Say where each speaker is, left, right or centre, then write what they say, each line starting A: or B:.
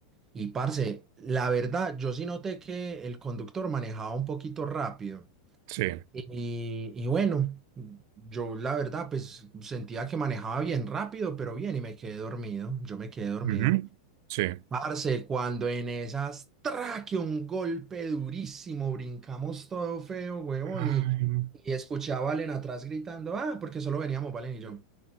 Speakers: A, on the right (about 20°); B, on the right (about 55°).
A: Y parce, la verdad, yo sí noté que el conductor manejaba un poquito rápido.
B: Sí.
A: Y, y bueno, yo la verdad, pues sentía que manejaba bien rápido, pero bien, y me quedé dormido. Yo me quedé dormido.
B: Ujú. Sí.
A: Parce, cuando en esas, traque un golpe durísimo, brincamos todo feo, huevón,
B: Ay,
A: y,
B: no.
A: y escuché a Valen atrás gritando, ah, porque solo veníamos Valen y yo,